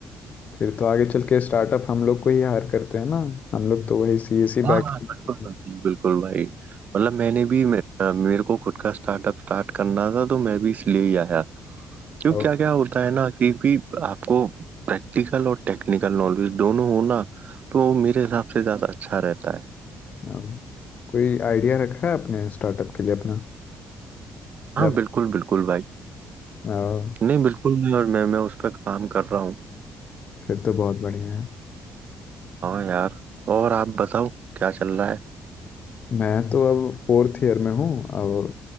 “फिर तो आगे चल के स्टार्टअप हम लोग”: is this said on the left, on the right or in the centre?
Left